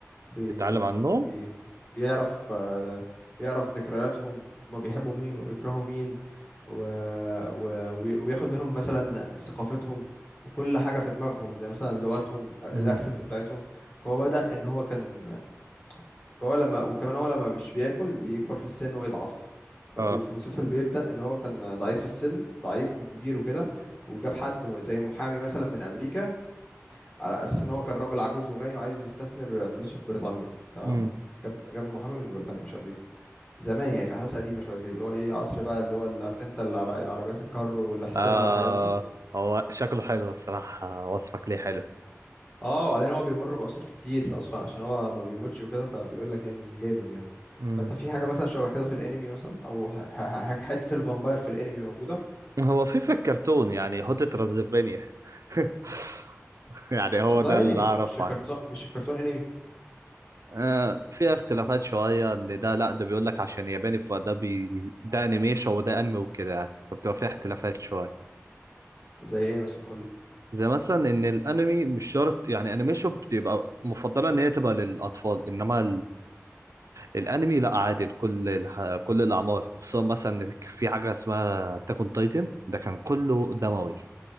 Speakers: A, on the left; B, on the right.
A: بي
B: بيتعلم عن النوم
A: بي بيعرف آه، بيعرف ذكرياتهم هما بيحبوا مين ويكرهوا مين و... و... وبي- وياخد منهم مثلا ثقافتهم وكل حاجة في دماغهم زي مثلا لغتهم الأكسنت
B: مم.
A: بتاعتهم فهو بدأ إن هو كان فهو لما وكمان هو لما مش بياكل بيكبر في السن ويضعف ففي
B: اه
A: المسلسل بيبدأ ان هو كان ضعيف في السن ضعيف وكبير وكده وجاب حد م- زي محامي مثلا من امريكا على اساس ان هو كان راجل عجوز وغني وعايز يستثمر فلوسه في بريطانيا تمام
B: امم
A: جاب جاب محامي من بريطانيا مش امريكا زمان يعني في احداث قديمه شويه في اللي هو ايه عصر بقى اللي هو اللي عارف انت العر- العربيات الكار والاحصنه
B: آه
A: والحاجات دي
B: هو شكله حلو الصراحة وصفك ليه حلو
A: اه وبعدين هو بيمر بعصور كتير اصلا عشان هو ما بيموتش وكده فبيقول لك يعني جامد يعني
B: امم
A: فانت في حاجه مثلا شبه كده في الانمي مثلا او ح- ح- ح- حته الفامباير في الانمي موجوده
B: هو في في الكرتون يعني هوتة رزفينيا <laughs> يعني هو ده
A: ده
B: اللي
A: انمي
B: أعرفه
A: مش كرتون
B: عنه
A: مش كرتون انمي
B: آه في اختلافات شوية إن ده لأ ده بيقول لك عشان ياباني فده بي ده أنيميشن وده أنمي وكده يعني فبتبقى فيها اختلافات شوية
A: زي ايه مثلا قول لي.
B: زي مثلا إن الأنمي مش شرط يعني أنيميشن بتبقى مفضلة إن هي تبقى للأطفال إنما الانمي لا عادي لكل الح- كل الاعمار خصوصا مثلا إن في حاجه اسمها تاكون تايتن ده كان كله دموي